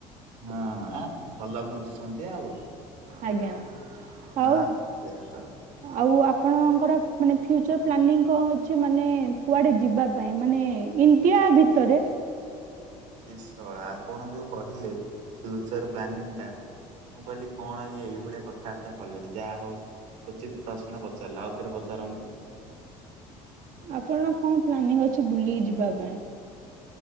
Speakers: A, on the right; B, on the right.
A: ହଁ ଭଲ ବୁଝୁଛନ୍ତି ଆଉ।
B: ଆଜ୍ଞା।
A: ହଁ
B: ଆଉ
A: ସେଇଆ ତ।
B: ଆଉ ଆପଣଙ୍କର ମାନେ ଫ୍ୟୁଚର ପ୍ଲାନିଂ କଣ ଅଛି। ମାନେ କୁଆଡେ ଯିବା ପାଇଁ। ମାନେ ଇଣ୍ଡିଆ ଭିତରେ
A: କିଶଳା ଆପଣ ଯୋଉ କହିଲେ ଫ୍ୟୁଚର ପ୍ଲାନିଂ ଟା ମୁଁ କହିଲି କଣ ଇଏ ଏଇଭଳିଆ କଥାବାର୍ତ୍ତା କଲେଣି ଯାହା ହଉ ଉଚିତ ପ୍ରଶ୍ନ ପଚାରିଲା ଆଉ ଥରେ ପଚାରନ୍ତୁ।
B: ଆପଣଙ୍କ କଣ ପ୍ଲାନିଂ ଅଛି ବୁଲି ଯିବା ପାଇଁ।